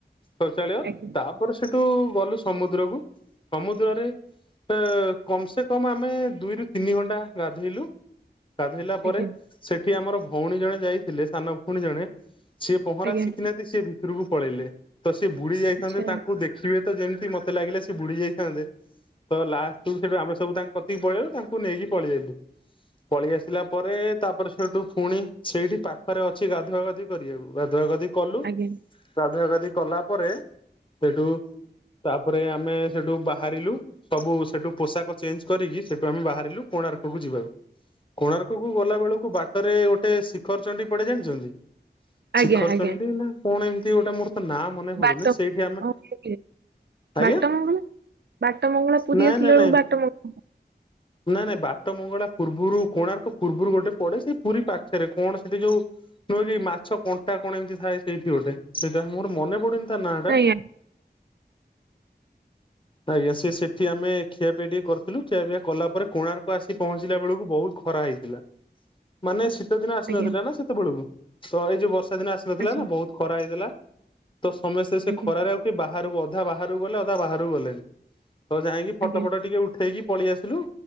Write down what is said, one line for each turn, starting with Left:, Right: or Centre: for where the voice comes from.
Left: ଶୌଚାଳୟରେ।
Right: ଆଜ୍ଞା
Left: ତା ପରେ ସେଉଠୁ ଗଲୁ ସମୁଦ୍ରକୁୁ। ସମୁଦ୍ରରେ ଏଁ କମ୍ ସେ କମ୍ ଆମେ ଦୁଇରୁ ତିନି ଘଣ୍ଟା ଗାଧେଇଲୁ। ଗାଧେଇଲା
Right: ଆଜ୍ଞା ଆଚ୍ଛା
Left: ପରେ ସେଇଠି ଆମର ଭଉଣୀ ଜଣେ ଯାଇଥିଲେ ସାନ ଭଉଣୀ ଜଣେ ସିଏ ପହଁରା
Right: ଆଜ୍ଞା
Left: ଶିଖିନାହାନ୍ତି, ସିଏ ଭିତୁରୁକୁ ପଳେଇଲେ। ତ ସିଏ ବୁଡି ଯାଇଥାନ୍ତେ
Right: ଆଜ୍ଞା ଆଜ୍ଞା
Left: ତାଙ୍କୁ ଦେଖିବେ ତ ଯେମିତି ମତେ ଲାଗିଲା ସେ ବୁଡି ଯାଇଥାନ୍ତେ, ତ ଲାଷ୍ଟକୁୁ ସେଉଠୁ ଆମେ ସବୁ ତାଙ୍କ କତ୍ ତିକି ପଳେଇଲୁ ତାଙ୍କୁ ନେଇକି ପଳେଇ ଆଇଲୁ। ପଳେଇ ଆସିଲା ପରେ ତା ପରେ ସେଉଠୁ ଫୁଣି ସେଇଠି ପାଖରେ ଅଛି ଗାଧୁଆ ଗାଧୋଇ କରିବାକୁ। ଗାଧୁଆ ଗାଧି କଲୁ।
Right: ଆଜ୍ଞା ଆଜ୍ଞା ଆଜ୍ଞା
Left: ଗାଧୁଆ ଗାଧି କଲା ପରେ ସେଉଠୁ, ତା ପରେ ଆମେ ସେଉଠୁ ବାହାରିଲୁ ସବୁ ସେଉଠୁ ପୋଷାକ ଚେଞ୍ଜ କରିକି, ସେଉଠୁ ଆମେ ବାହାରିଲୁ କୋଣାର୍କକୁ ଯିବାକୁ। କୋଣାର୍କକୁ ଗଲା ବେଳୁକୁ ବାଟରେ ଗୋଟେ ଶିଖର ଚଣ୍ଡୀ ପଡେ ଜାଣିଛନ୍ତି? ଶିଖର
Right: ଆଜ୍ଞା ଆଜ୍ଞା
Left: ଚଣ୍ଡୀ ନା କଣ ଏମିତି ଗୋଟେ ମୋର୍ ତା ନାଁ ମନେ
Right: ବାଟ
Left: ପଡୁନି, ସେଇଠି ଆମେ
Right: ଓକେ ବାଟମଙ୍ଗଳା
Left: ଆଜ୍ଞା?
Right: ବାଟମଙ୍ଗଳା ପୁରୀ
Left: ନାଇଁ
Right: ଆସିଲା
Left: ନାଇଁ
Right: ବେଳକୁ
Left: ନାଇଁ
Right: ବାଟମଙ୍ଗ୍
Left: ନାଇଁ ନାଇଁ ବାଟମଙ୍ଗଳା ପୂର୍ବୁରୁ କୋଣାର୍କ ପୂର୍ବୁରୁ ଗୋଟେ ପଡେ ସେଇ ପୁରୀ ପାଖେରେ କଣ ସେଇଠି ଯୋଉ ନୁହଁ କି ମାଛ କଣ୍ଟା କଣ ଏମିତି ଥାଏ ସେଇଠି ଗୋଟେ, ସେଇଟା ମୋର ମନେ ପଡୁନି ତା ନାଁ
Right: ନାଇଁ
Left: ଟା? ଆଜ୍ଞା ସେ ସେଠି ଆମେ ଖିଆ ପିଆ ଟିକେ କରିଥିଲୁ। ଖିଆ ପିଆ କଲା ପରେ କୋଣାର୍ ମୁଁ ଆସି ପହଞ୍ଚିଲା ବେଳୁକୁ ବହୁତ ଖରା ହେଇଥିଲା। ମାନେ ଶୀତ ଦିନ ଆସିନଥିଲା
Right: ଆଜ୍ଞା ଆଜ୍ଞା
Left: ନା ସେତେବେଳୁକୁ। ତ ଏଇ ଯୋଉ ବର୍ଷା ଦିନ ଆସିନଥିଲା
Right: ଆଚ୍ଛା
Left: ନା, ବହୁତ ଖରା ହେଇଥିଲା। ତ ସମସ୍ତେ ସେ
Right: ଆଜ୍ଞା
Left: ଖରାରେ ଆଉ କିଏ ବାହାରୁକୁ ଅଧା ବାହାରୁକୁ ଗଲେ ଅଧା ବାହାରୁକୁ ଗଲେନି। ତ ଯାଇକି ଫଟ
Right: ଆଜ୍ଞା
Left: ଫଟ ଟିକେ ଉଠେଇକି ପଳେଇ ଆସିଲୁ।